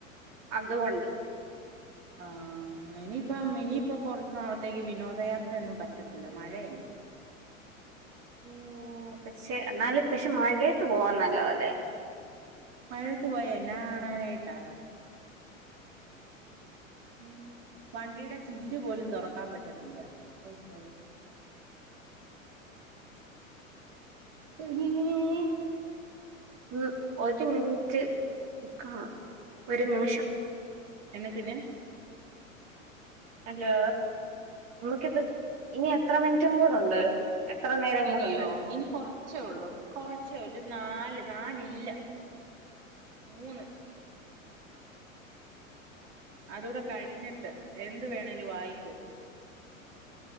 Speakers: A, on the right (about 40°); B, on the right (about 60°).
A: അതുകൊണ്ട്
B: ആഹ് ഇനിയിപ്പം ഇനിയിപ്പ കൊറച്ച് നാളത്തേക്ക് വിനോദയാത്രെന്നും പറ്റത്തില്ല മഴയല്ലേ
A: ഓഹ് പക്ഷെന്നാല് പക്ഷെ മഴയത്ത് പോവാൻ നല്ലതല്ലേ
B: മഴേത്ത് പോയാ എന്നാ കാണാനായിട്ടാ?
A: ഉം
B: വണ്ടീടെ ചില്ല് പോലും തൊറക്കാൻ പറ്റത്തില്ല.
A: <unintelligible>
B: എങ്ങനെ പോവും
A: ഉം ഒരു മിൻറ്റ് നിക്കണം ഒരു നിമിഷം
B: എന്നത്തിന്
A: അല്ലോ നമുക്കിത് ഇനി എത്ര മിന്റ്റും കൂടെണ്ട്? എത്ര നേരങ്ങളുണ്ട്?
B: ഇനിയോ ഇനി കൊറ ച്ചൊള്ളൂ കൊറച്ച് ഒരു നാല് നാലില്ല മൂന്ന് അതൂടെ കഴിഞ്ഞിട്ട് എന്ത് വേണേലു ആയിക്കോ